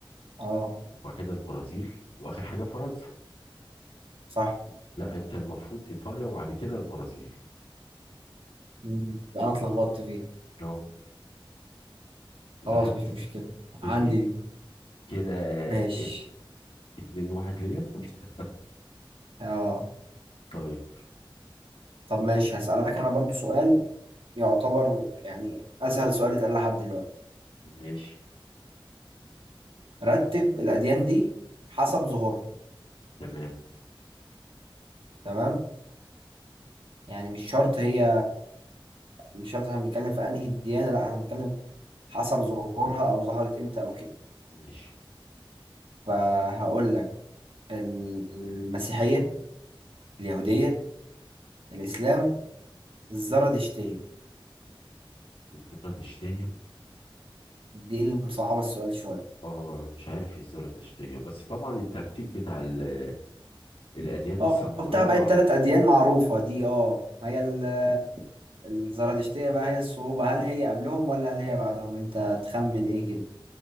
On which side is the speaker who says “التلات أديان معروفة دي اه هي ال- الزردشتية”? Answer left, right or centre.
Right